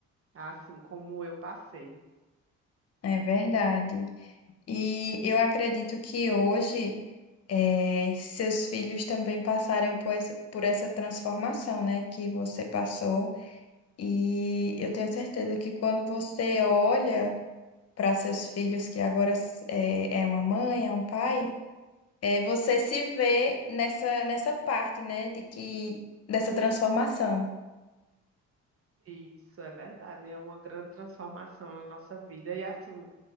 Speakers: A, on the right; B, on the left.
A: assim como eu passei.
B: É verdade. E eu acredito que hoje eh, seus filhos também passaram por essa, por essa transformação, né, que você passou. E eu tenho certeza que quando você olha para seus filhos, que agora s- eh, é uma mãe, é um pai. É, você se vê nessa, nessa parte, né, de que dessa transformação.
A: Isso é verdade, é uma grande transformação na nossa vida. E assim,